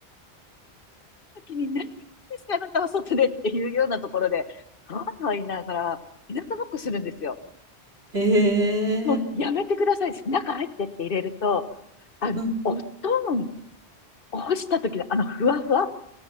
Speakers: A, on the left; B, on the right.
A: 時に何ですか、あなたは外でっていうようなところで、はいはい言いながら、日向ぼっこするんですよ。
B: へ
A: もうやめてください。
B: え。
A: 中入ってって入れると、あの、
B: うん。
A: お布団を干した時のあのふわふわ